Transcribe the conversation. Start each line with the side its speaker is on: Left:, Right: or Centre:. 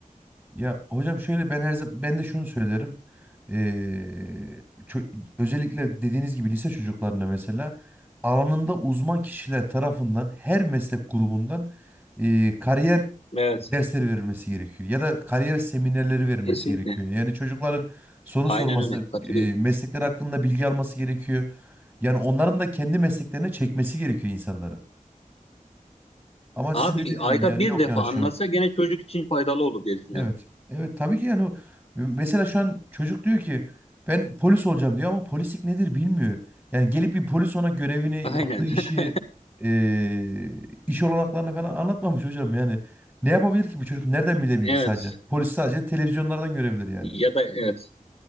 Centre: Ya hocam şöyle ben her zaman ben de şunu söylerim. Ee, ço- özellikle dediğiniz gibi lise çocuklarına mesela alanında uzman kişiler tarafından her meslek grubundan ee, kariyer
Left: Evet,
Centre: dersleri verilmesi gerekiyor ya da kariyer seminerleri verilmesi
Left: kesinlikle.
Centre: gerekiyor. Yani çocukların soru
Left: Aynen
Centre: sorması,
Left: öyle katılıyorum.
Centre: ee, meslekler hakkında bilgi alması gerekiyor. Yani onların da kendi mesleklerine çekmesi gerekiyor insanları. Ama
Left: Abi
Centre: sizin dediğiniz
Left: ayda
Centre: gibi yani
Left: bir
Centre: yok
Left: defa
Centre: yani
Left: anlatsa
Centre: şu an.
Left: gene çocuk için faydalı olur diye düşünüyorum.
Centre: Evet. Evet tabii ki yani o- mesela şu an çocuk diyor ki ben polis olacağım diyor ama polislik nedir bilmiyor. Yani gelip bir polis ona görevini,
Left: Aynen.
Centre: yaptığı işi,
Left: <laughs>
Centre: eee, iş olanaklarını falan anlatmamış hocam yani. Ne yapabilir ki bu çocuk? Nereden bilebilir
Left: Evet.
Centre: sadece? Polis sadece televizyonlardan görebilir yani.
Left: Ya da evet.